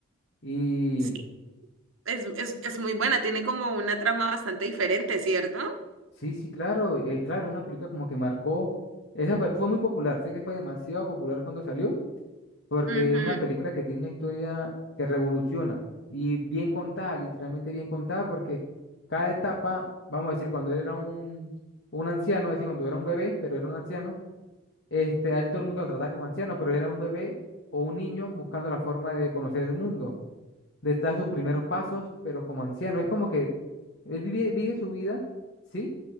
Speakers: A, on the left; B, on the right.
A: Y
B: Sí, es, es, es muy buena, tiene como una trama bastante diferente, ¿cierto?
A: sí, sí, claro, es claro, una película como que marcó, esa fue, fue muy popular, sé que fue demasiado popular cuando salió Porque
B: ujú.
A: una película que tiene una historia que revoluciona y bien contada, literalmente bien contada, porque cada etapa, vamos a decir, cuando él era un, un anciano, es decir, cuando era un bebé, pero era un anciano, este, a él todo el mundo lo trataba como anciano, pero era un bebé o un niño buscando la forma de conocer el mundo, de dar sus primeros pasos, pero como anciano. Es como que él vive, vive su vida, ¿sí?